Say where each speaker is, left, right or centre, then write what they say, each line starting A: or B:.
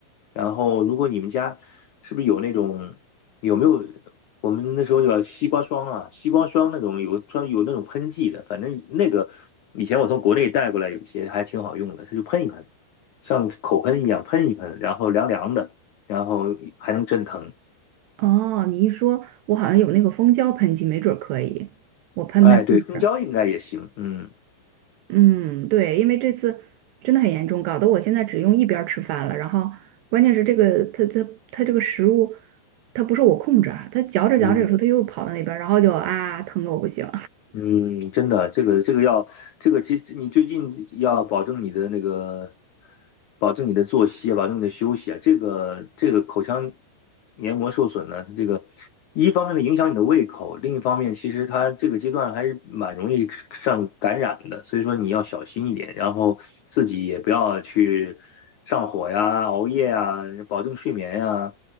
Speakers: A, on the left (about 75°); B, on the right (about 80°).
A: 然后如果你们家是不是有那种有没有我们那时候有西瓜霜啊，西瓜霜那种有专有那种喷剂的，反正那个以前我从国内带过来，有些还挺好用的，它就喷一喷，像口喷一样喷一喷，然后凉凉的，然后还能镇疼。
B: 哦，你一说，我好像有那个蜂胶喷剂，没准儿可以，我喷喷试试。
A: 哎，对，蜂胶应该也行，嗯
B: 嗯，对，因为这次真的很严重，搞得我现在只用一边儿吃饭了。然后关键是这个，它它它这个食物，它不受我控制啊，它嚼着嚼着，
A: 嗯。
B: 有时候它又跑到那边儿，然后就啊疼得我不行。
A: 嗯，真的，这个这个要，这个其实你最近要保证你的那个，保证你的作息啊，保证你的休息啊。这个这个口腔黏膜受损呢，它这个一方面呢影响你的胃口，另一方面其实它这个阶段还是蛮容易上感染的，所以说你要小心一点，然后自己也不要去上火呀、熬夜呀，保证睡眠呀。